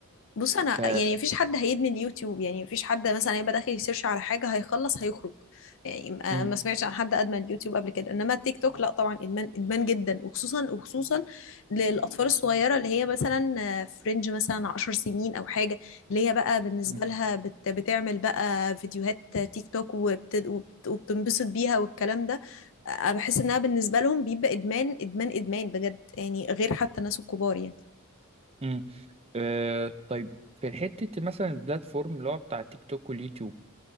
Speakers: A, on the left (about 60°); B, on the right (about 30°).
A: بص انا
B: ف
A: يعني مفيش حد هيدمن اليوتيوب يعني مفيش حد مثلا هيبقى داخل يسيرش على حاجه هيخلص هيخرج يعني ما
B: امم
A: ما سمعتش عن حد ادمن اليوتيوب قبل كده انما التيك توك لا طبعا ادمان ادمان جدا وخصوصا وخصوصا للاطفال الصغيره اللي هي مثلا آه، فرنج مثلا 10 سنين او حاجه اللي هي بقى بالنسبه
B: امم
A: لها بت بتعمل بقى فيديوهات تيك توك وبت وبت وبتنبسط بيها والكلام ده آه، بحس انها بالنسبه لهم بيبقى ادمان ادمان ادمان بجد يعني غير حتى الناس الكبار يعني
B: امم. آه، طيب في حتة مثلا البلاتفورم اللي هو بتاع تيك توك واليوتيوب